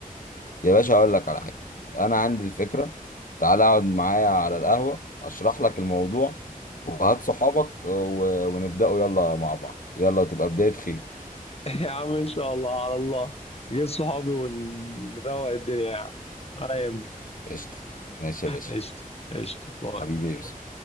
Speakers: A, on the left; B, on the left.
A: يا باشا اقول لك على حاجه انا عندي الفكره تعالى اقعد معايا على القهوه اشرح لك الموضوع وهات صحابك آه، و... ونبداوا يلا مع بعض يلا تبقى بدايه خير
B: <laughs> يا عم ان شاء الله على الله جيب صحابي ونروق الدنيا يعني على يهمك
A: قشطه ماشي يا باشا
B: قشطه قشطه باي
A: حبيبي يا يوسف